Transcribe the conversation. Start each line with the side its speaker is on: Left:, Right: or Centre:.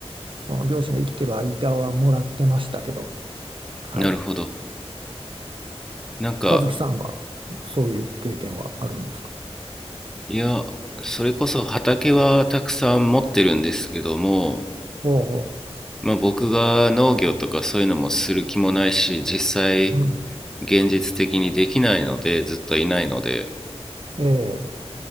Right: その両親が生きてる間はもらってましたけど、はい、
Centre: なるほど。なんか、
Right: 和樹さんはそういう経験はあるんですか
Centre: いや、それこそ畑はたくさん持ってるんですけども、
Right: おうお
Centre: まあ僕が農業とかそういうのもする気もないし、実際、
Right: う、うん、
Centre: 現実的にできないので、ずっといないので、
Right: ええ